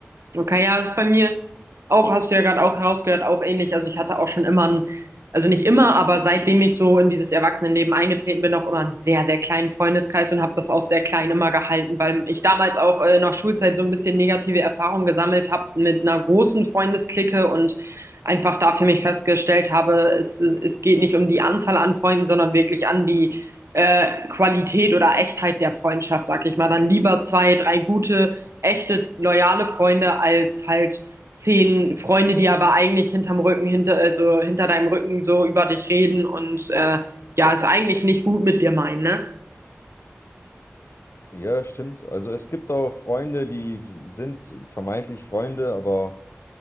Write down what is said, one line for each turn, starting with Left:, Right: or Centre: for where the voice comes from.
Right: Okay, ja, das ist bei mir auch, hast du ja gerade auch herausgehört, auch ähnlich. Also ich hatte auch schon immer einen, also nicht immer, aber seitdem ich so in dieses Erwachsenenleben eingetreten bin, auch immer einen sehr, sehr kleinen Freundeskreis und habe das auch sehr klein immer gehalten, weil ich damals auch äh, in der Schulzeit so ein bisschen negative Erfahrungen gesammelt habe mit einer großen Freundesklicke und einfach da für mich festgestellt habe, es, es geht nicht um die Anzahl an Freunden, sondern wirklich an die äh, Qualität oder Echtheit der Freundschaft, sag ich mal. Dann lieber zwei, drei gute echte loyale Freunde als halt zehn Freunde, die aber eigentlich hinterm Rücken, hinter, also hinter deinem Rücken so über dich reden und äh, ja, es eigentlich nicht gut mit dir meinen, ne?
Left: Ja, das stimmt. Also es gibt auch Freunde, die sind vermeintlich Freunde, aber